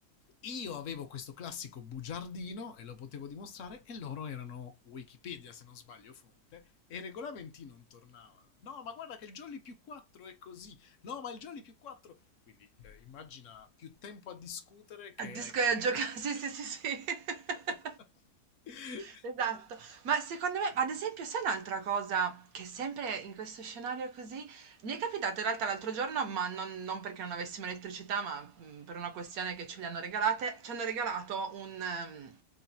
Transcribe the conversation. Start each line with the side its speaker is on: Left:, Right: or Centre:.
Left: Io avevo questo classico bugiardino e lo potevo dimostrare e loro erano Wikipedia, se non sbaglio, fonte, e i regolamenti non tornavano. No, ma guarda che il Jolly più 4 è così. No, ma il Jolly più 4... Quindi eh, immagina più tempo a discutere che
Right: Al disco
Left: a giocare.
Right: e a gioca <laughs> sì, sì, sì, sì. <laughs>
Left: <laughs>
Right: Esatto. Ma secondo me ad esempio sai un'altra cosa che sempre in questo scenario così mi è capitato in realtà l'altro giorno, ma non non perché non avessimo elettricità, ma, mhmm, per una questione che ce le hanno regalate, ci hanno regalato un ehm,